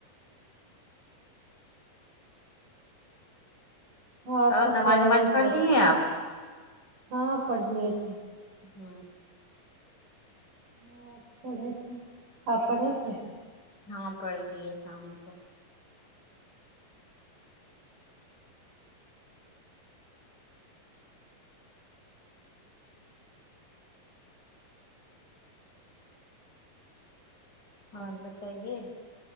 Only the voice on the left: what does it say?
نماز
وماز پڑھ لی ہیں آپ
ہ
ہاں پڑھ لیے شام کو اور بتائیے